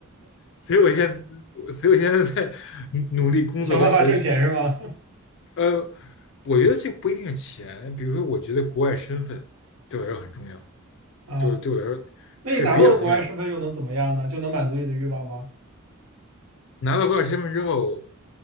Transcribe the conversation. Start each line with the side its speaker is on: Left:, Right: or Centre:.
Left: 所以我现在，所以我现在在努力工作和学习。
Right: 想办法挣钱是吗？
Left: 呃，我觉得这不一定是钱，比如说，我觉得国外身份对我来说很重要，
Right: <laughs> 啊，
Left: 对我对我来说是比较重要。
Right: 那你拿到了国外身份又能怎么样呢？就能满足你的欲望吗？
Left: 拿到高考身份之后，